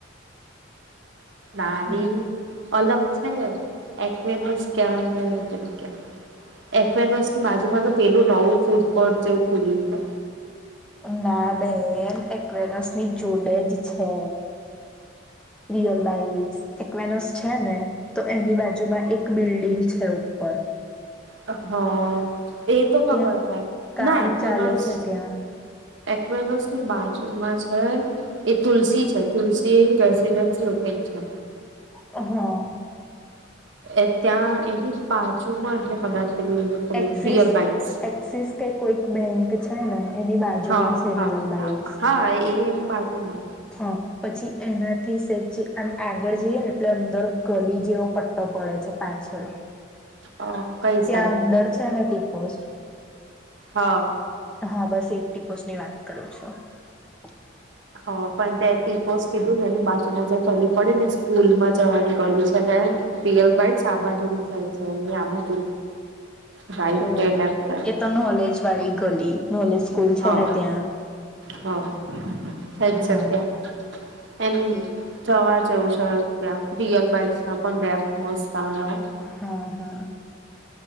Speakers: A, on the right (about 70°); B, in the centre.
A: નાની.
B: હમ
A: અલગ છે એકવેનસ ક્યા વે કની ક્યાં એકવેનસ ની બાજુમાં તો પેલું નવું ફૂડ કોર્ટ જે ખુલ્યું છે.
B: ના બેન એકવેનસ ની જોડેજ છે રિયલ બાઇટ એકવેનસ છે ને તો એની બાજુમાં એક બી બિલ્ડિ છે ઉપર.
A: અ હ. એ તો ખબર
B: ત્યાં
A: છે,
B: કામ
A: ના એકવેનસ
B: ચાલે છે ત્યાં
A: એકવેમસ ની બાજુમાં છે એ તુલસી છે તુલસી રેસીડન્સી એવુક કઈ છે.
B: હા.
A: એ ત્યાં એની બાજુમાં છે કદાચ. પેલી પેલી
B: એક્સિસ
A: રિયલ બાઇટ્સ
B: એક્સિસ કે કોઈ બેંક છે ને એની બાજુમાં
A: હા
B: છે
A: હા
B: રિયલ બાઇટ્સ
A: હા હા એ એની બાજુમાં.
B: હા, પછી એનાથી સેજ આમ આગળ જઈએ ને એટલે અંદર ગલી જેવો પટ્ટો પડે છે પાછળ
A: અ કઈ
B: ત્યાં
A: સાઈડ
B: અંદર છે ને ટીપોસ્ટ.
A: હા
B: હા, બસ એ ટીપોસ્ટ ની વાત કરું છું. તો.
A: હ પણ તે ટીપોસ કીધું ને એની બાજુમાં જે ગલી પડી ને સ્કૂલ માં જવાની ગલી છે ને રીયલ બાઇટ્સ આ બાજુની સાઈડ છે અહીંયા આ બાજુ રાઇટ
B: ઓ
A: કે લેફ્ટ સાઇડ.
B: એ તો નોલેજ વાળી ગલી નોલેજ સ્કૂલ
A: હા,
B: છે ને ત્યાં
A: હા, એજ છે
B: હા
A: ત્યાં. એમ
B: એ
A: જવા જેવું ત્યાં રિયલ બાઇટમાં પણ રૅપ મસ્ત આવે હો
B: હા હા